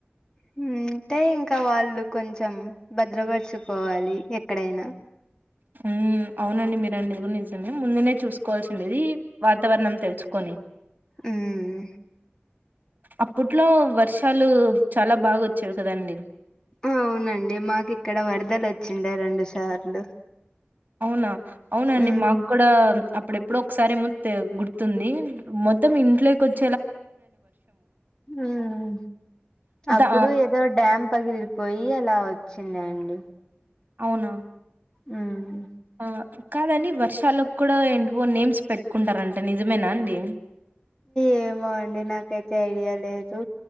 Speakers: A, on the left; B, on the right.
A: హుమ్ అంటే ఇంకా వాళ్ళు కొంచెం భద్రపరుచుకోవాలి ఎక్కడైనా
B: హుమ్ అవునండి మీరన్నది నిజమే ముందునే చూసుకోవాల్సి ఉండేది వాతావరణం తెలుసుకొని
A: ఉమ్
B: అప్పట్లో వర్షాలు చాలా బాగా వచ్చేవి కదండి
A: అవునండి మాకు ఇక్కడ వరదల్ వచ్చిండే రెండు సార్లు
B: అవునా అవునా అండి
A: ఉమ్
B: మాకు కూడా అప్పుడేప్ ఎప్పుడో ఒకసారి ఏమో తేల్ గుర్తుంది మొత్తం ఇంట్లోక్ <unintelligible>
A: మ్మ్ అప్పుడు
B: దా
A: ఏదో డ్యామ్ పగిలిపోయి అలా వచ్ వచ్చిందండి
B: అవునా
A: మ్మ్
B: ఆ కాదండి వర్షాలకు కూడా ఎంట్వో నేమ్స్ పెట్టుకుంటారంట నిజమేనా అండి
A: ఏమో అండి నాకైతే ఐడియా లేదు